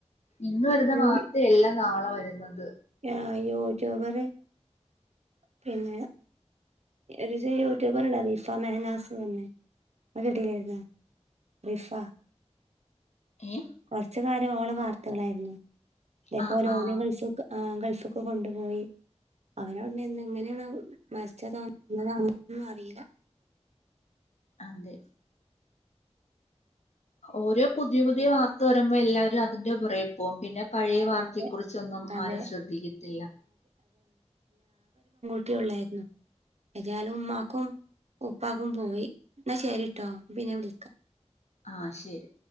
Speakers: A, on the left; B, on the right.
A: ഇന്ന് വരുന്ന വാർത്ത
B: ഈ,
A: അല്ല നാളെ വരുന്നത്
B: ആ യൂട്യൂബർ പിന്നെ ഒരു യൂട്യൂബർ ഉണ്ട് റിഫ മെഹനാസ് എന്ന് പറഞ്ഞ കേട്ടിന്ന നിഫാ
A: ഉമ്മ്
B: കുറച്ചു കാലം ഓള്ളു വാർത്തകളായിരുന്നു ഇതേപോലെ
A: ആ ആ
B: ഓ ഗൾഫ് ഗൾഫ് ക്ക് കൊണ്ടുപോയി അവനോണ്ട് എന്തെങ്ങനെയാണ് മരിച്ചാതാണോ കൊന്നതാണൊന്നും അറിയില്ല <inaudible>
A: അതെ ഓരോ പുതിയ പുതിയ വാർത്ത വരുമ്പോ എല്ലാവരും അതിന്റെ പുറ അപ്പോ പിന്നെ പഴയ
B: ആഹ്
A: വാർത്തയെക്കുറിച്ചൊന്നും
B: അതെ അതെ
A: ആരും ശ്രദ്ധിക്കത്തില്ല
B: ഒക്കെള്ളായിരുന്നു ഏതായാലും ഉമ്മാക്കും ഉപ്പാക്കും പോയി എന്നാ ശേരിട്ടോ പിന്നെ വിളിക്കാം
A: ആഹ ശരി